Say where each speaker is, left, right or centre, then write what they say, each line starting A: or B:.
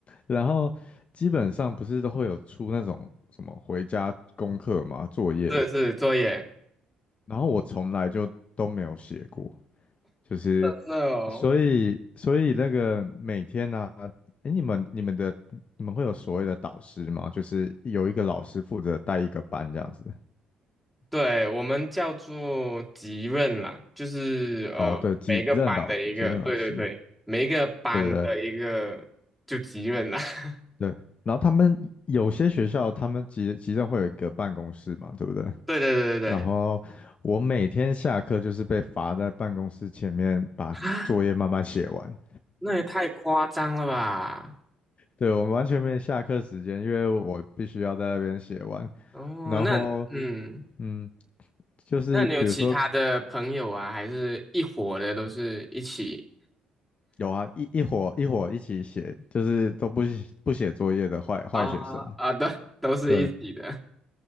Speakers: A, on the left; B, in the centre.
A: 然后基本上不是都会有出那种什么回家功课嘛，作业，
B: 是是作业，
A: 然后我从来就都没有写过，就是，
B: 真的哦。
A: 所以所以那个每天呢、啊，哎，你们你们的你们会有所谓的导师吗？就是有一个老师负责带一个班这样子。
B: 对，我们叫做级任啦，就是呃每一个班的一个，
A: 哦，对，级任导级任老师，
B: 对对对，每一个班的一个就级任啦，
A: 对对对
B: <laughs>
A: 对。然后他们有些学校他们级级任会有一个办公室嘛，对不对？
B: 对对对对对，
A: 然后我每天下课就是被罚在办公室前面把作业慢慢写完。
B: 啊，那也太夸张了吧？
A: 对，我们完全没有下课时间，因为我必须要在那边写完。
B: 哦，
A: 然后，
B: 那 <laughs> 嗯，
A: 嗯。就是比如说
B: 那你有其他的朋友啊，还是一伙的，都是一起
A: 有啊，一一伙一伙一起写，就是都不写不写作业的坏坏学生。
B: 啊啊，都都是一起的，
A: 对